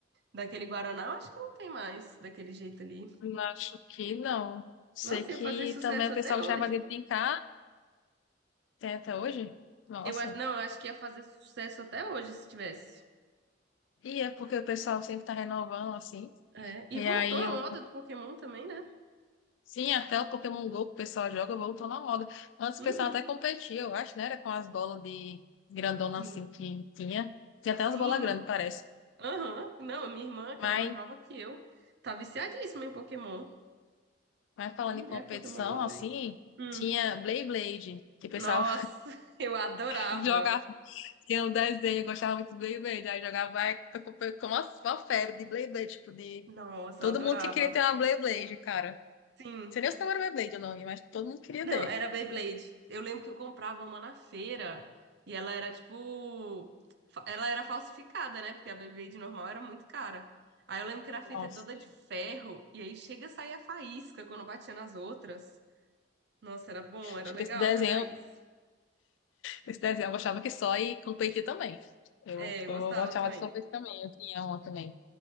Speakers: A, on the right; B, on the left.
A: Daquele Guaraná, eu acho que não tem mais daquele jeito ali.
B: Não Acho que não. Sei
A: Nossa,
B: que
A: ia fazer sucesso
B: também o
A: até
B: pessoal gostava
A: hoje.
B: de brincar, tem até hoje. Nossa.
A: Eu acho, não, eu acho que ia fazer sucesso até hoje se tivesse.
B: E é porque o pessoal sempre tá renovando, assim.
A: É, e voltou
B: E aí
A: a
B: eu
A: moda do Pokémon também, né?
B: Sim, até o Pokémon Go que o pessoal joga voltou na moda. Antes
A: Uhum.
B: o pessoal até competia, eu acho, né? Era com as bolas de grandona
A: Sim.
B: assim que tinha. Tinha até
A: Sim.
B: umas bolas grandes, parece.
A: Aham. Não, a minha irmã, que
B: Mas,
A: ela é mais nova que eu, tá viciadíssima em Pokémon.
B: mas falando
A: Mulher,
B: em competição,
A: Pokémon mó bem.
B: assim,
A: Hum.
B: tinha Beyblade, que o pessoal
A: Nossa, <laughs> eu adorava.
B: <laughs> jogava, tinha um desenho, eu gostava muito do Beyblade, aí jogava ai, com com uma, uma febre de Beyblade, tipo, de
A: Nossa,
B: todo
A: eu adorava.
B: mundo que queria ter uma Beyblade, cara. Não
A: Sim.
B: sei nem se não era Beyblade o nome, mas todo mundo queria
A: Não,
B: ter.
A: era Beyblade. Eu lembro que eu comprava uma na feira e ela era tipo. fa- Ela era falsificada, né? Porque a Beyblade normal era muito cara. Aí eu lembro que era feita
B: Nossa,
A: toda de ferro e aí chega a sair a faísca quando batia nas outras. Nossa, era bom, era
B: tipo,
A: legal
B: esse desenho
A: jogar isso.
B: Esse desenho eu gostava que só e competir também. Eu,
A: É, eu
B: eu
A: gostava
B: gostava
A: também.
B: de competir também, eu tinha uma também.